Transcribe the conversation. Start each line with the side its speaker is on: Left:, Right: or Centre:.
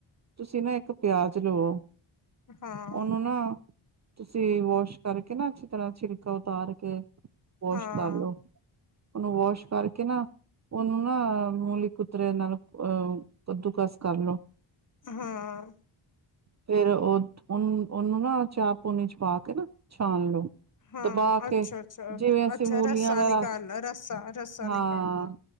Right: ਤੁਸੀਂ ਨਾ ਇੱਕ ਪਿਆਜ ਲਵੋ।
Left: ਹਾਂ
Right: ਉਨੂੰ ਨਾ ਤੁਸੀਂ ਵਾਸ਼ ਕਰਕੇ ਨਾ, ਅੱਛੀ ਤਰ੍ਹਾਂ ਛਿਲਕਾ ਉਤਾਰ ਕੇ ਵਾਸ਼
Left: ਹਾਂ
Right: ਕਰਲੋ ਉਨੂੰ ਵਾਸ਼ ਕਰਕੇ ਨਾ ਉਨੂੰ ਨਾ ਮੂਲੀ ਕੁੂਤਰੇ ਨਾਲ ਅ ਕੱਦੂ ਕਸ ਕਰਲੋ।
Left: ਹਾਂ।
Right: ਫੇਰ ਉਹ ਉਹਨੂੰ ਨਾ ਚਾਹ ਪੂਨੀ ਚ ਪਾ ਕੇ ਨਾ ਛਾਣ ਲੋ।
Left: ਹਾਂ
Right: ਦਬਾ ਕੇ
Left: ਅੱਛਾ ਅੱਛਾ
Right: ਜਿਵੇਂ ਅਸੀਂ
Left: ਅੱਛਾ
Right: ਮੂਲੀਆਂ
Left: ਰੱਸਾ
Right: ਦਾ
Left: ਨਿਕਾਲਣਾ
Right: ਰਸ,
Left: ਰੱਸਾ ਰੱਸਾ
Right: ਹਾਂ
Left: ਨਿਕਾਲਣਾ